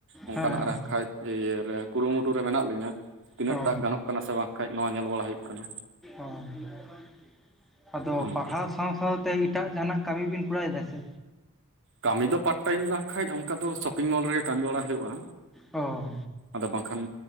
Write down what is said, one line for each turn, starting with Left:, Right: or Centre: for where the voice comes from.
Right: ᱚᱱᱠᱟᱱᱟᱜ
Centre: ᱦᱮᱸ
Right: ᱨᱮ ᱠᱷᱟᱡ ᱤᱭᱟᱹ ᱨᱮ ᱠᱩᱨᱩᱢᱩᱴᱩ ᱨᱮ ᱢᱮᱱᱟᱜ ᱞᱤᱧᱟᱹ ᱛᱤᱱᱟᱹᱜ
Centre: ᱚ
Right: ᱴᱟᱜ ᱜᱟᱱᱚᱜ ᱠᱟᱱᱟ ᱥᱮ ᱵᱟᱝ ᱠᱷᱟᱡ ᱱᱚᱣᱟ ᱧᱮᱞ ᱵᱟᱲᱟ ᱦᱩᱭᱩᱜ ᱠᱟᱱᱟ
Centre: ᱚ ᱟᱫᱚ
Right: ᱱᱚᱜᱼᱚ ᱱᱚᱝᱠᱟ
Centre: ᱯᱟᱲᱦᱟᱣ ᱥᱟᱶ ᱚ ᱛᱮᱦᱮᱧ ᱮᱴᱟᱜ ᱡᱟᱦᱟᱱᱟᱜ ᱠᱟᱹᱢᱤ ᱵᱤᱱ ᱠᱚᱨᱟᱣᱮᱫᱟ ᱥᱮ
Right: ᱠᱟᱹᱢᱤ ᱫᱚ ᱯᱟᱴ ᱴᱟᱭᱤᱢ ᱢᱮᱱᱟᱜ ᱠᱷᱟᱭᱡ ᱚᱱᱠᱟ ᱫᱚ ᱥᱚᱯᱤᱝ ᱢᱚᱞ ᱨᱮᱜᱮ ᱠᱟᱹᱢᱤ ᱵᱟᱲᱟ ᱦᱩᱭᱩᱜᱼᱟ
Centre: ᱚ
Right: ᱟᱫᱚ ᱵᱟᱝᱠᱷᱟᱱ